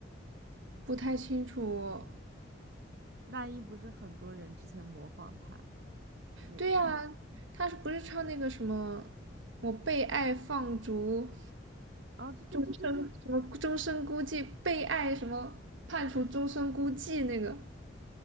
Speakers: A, on the right; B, on the right.
A: 不太清楚。
B: 那英不是很多人之前模仿他，是那个。
A: 对呀，她是不是唱那个什么我被爱放逐，
B: 哦，对对对对对，
A: 终生什么终身孤寂，被爱什么判处终身孤寂那个？